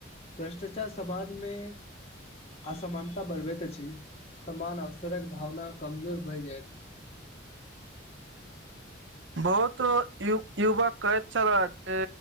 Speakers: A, on the left (about 30°); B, on the right (about 65°).
A: भ्रष्टाचार समाज मे असमानता बढ़बैत अछि समान अवसरक भावना कमजोर भऽ जाइत अछि
B: बहुत युवक कहैत छल जे